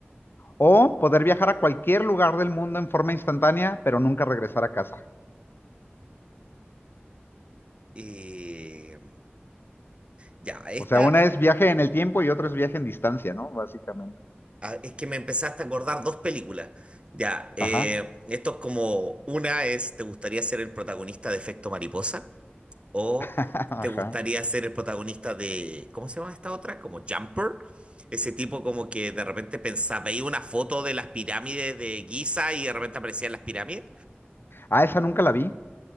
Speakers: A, on the left; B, on the right.
A: ¿O poder viajar a cualquier lugar del mundo en forma instantánea, pero nunca regresar a casa?
B: Eh, ya, esta
A: O sea, una
B: eh,
A: es viaje en el tiempo y otra es viaje en distancia, ¿no? Básicamente.
B: ah, es que me empezaste a acordar dos películas. Ya, eh,
A: Ajá.
B: esto es como una es ¿te gustaría ser el protagonista de Efecto Mariposa? ¿O
A: <laughs>
B: te gustaría
A: Ajá.
B: ser el protagonista de, ¿cómo se llama esta otra? Como Jumper. Ese tipo como que de repente pensaba, veía una foto de las pirámides de Giza y de repente aparecían las pirámides.
A: Ah, esa nunca la vi.